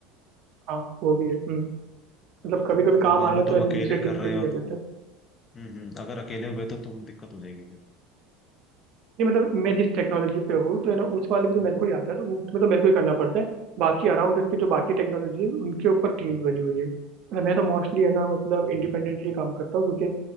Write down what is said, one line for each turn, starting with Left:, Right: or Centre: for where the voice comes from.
Right: हाँ वो भी है हम्म मतलब
Left: अगर
Right: कभी
Left: तुम
Right: कभी
Left: मतलब
Right: काम
Left: मान
Right: आया
Left: लो तुम
Right: तो है
Left: अकेले
Right: ना दूसरी
Left: कर
Right: टीम
Left: रहे
Right: से भी
Left: हो
Right: ले लेते
Left: तो
Right: हैं
Left: हम्म हम्म, अगर अकेले हुए तो तुम दिक्कत हो जाएगी फिर
Right: नहीं मतलब मैं जिस टेक्नोलॉजी पे हूँ तो है ना उस वाले पे तो
Left: हम्म,
Right: मेरे को ही आता है तो वो- उसमें तो मेरे को ही करना पड़ता है बाकी अराउंड उसकी जो बाकी टेक्नोलॉजी है उनके ऊपर टीम्स बनी हुई है मतलब मैं तो मोस्टली है ना मतलब इंडिपेंडेंटली काम करता हूँ क्योंकि